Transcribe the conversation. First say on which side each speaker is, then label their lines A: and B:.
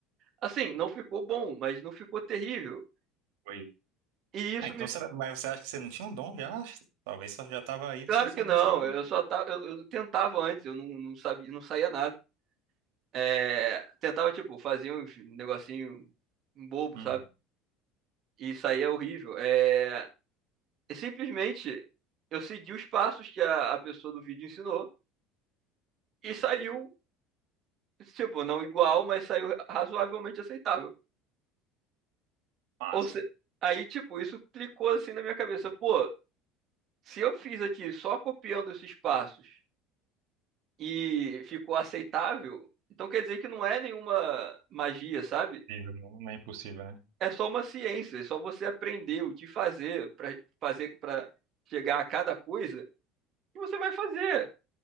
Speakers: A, on the right; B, on the right.
A: Assim, não ficou bom, mas não ficou terrível.
B: Foi.
A: E isso
B: Ah, então
A: me.
B: será... Mas você acha que você não tinha um dom já? Talvez só já estava aí,
A: Claro
B: você só
A: que não,
B: não tinha.
A: eu só tava, eu, eu tentava antes, eu não, não sabia, não saía nada. É, tentava, tipo, fazer uns negocinho bobo,
B: Uhum.
A: sabe? E saía horrível. É, e simplesmente eu segui os passos que a, a pessoa do vídeo ensinou e saiu, tipo, não igual, mas saiu razoavelmente aceitável.
B: Massa.
A: Ou se... Aí, tipo, isso clicou assim na minha cabeça. Pô, se eu fiz aqui só copiando esses passos e ficou aceitável, então quer dizer que não é nenhuma magia, sabe?
B: Impossível, Não é impossível, né?
A: É só uma ciência, é só você aprender o que fazer para fazer para chegar a cada coisa e você vai fazer.